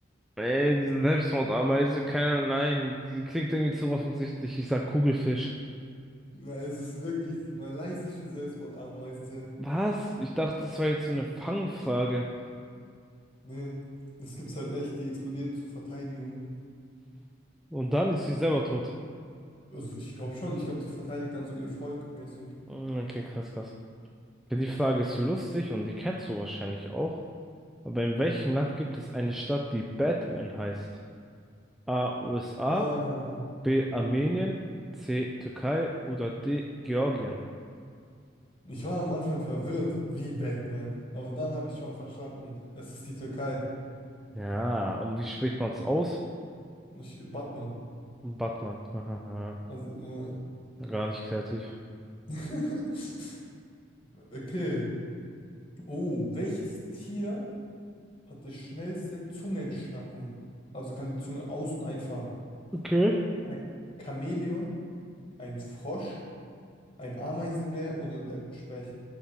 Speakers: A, in the centre; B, on the left (about 30°).
A: Ey, diese Selbstmordameise, keiner, nein, die klingt irgendwie zu offensichtlich. Ich sag Kugelfisch.
B: Na, es ist wirklich die malaysische Selbstmordameise.
A: Was? Ich dachte, das war jetzt so eine Fangfrage.
B: Ne, das gibt's halt echt, die explodiert zur Verteidigung.
A: Und dann ist sie selber tot.
B: Also ich glaube schon, ich glaube, die verteidigt dann so ihr Volk mäßig.
A: Mm, Okay, krass, krass. Okay, die Frage ist lustig und die kennst du wahrscheinlich auch. Aber in welchem Land gibt es eine Stadt, die Batman heißt? A. USA,
B: Ah.
A: B. Armenien, C. Türkei oder D. Georgien.
B: Ich war am Anfang verwirrt, wie Batman. Aber dann habe ich schon verstanden, es ist die Türkei,
A: Ja, und wie spricht man es aus?
B: nicht Batman.
A: Batman. Hahaha.
B: Also, ja.
A: Gar nicht kreativ.
B: <laughs> Okay. Oh, welches Tier hat das schnellste Zungenschnappen. Also kann die Zunge aus- und einfahren.
A: Okay.
B: Ein Chamäleon, ein Frosch, ein Ameisenbär oder der Specht.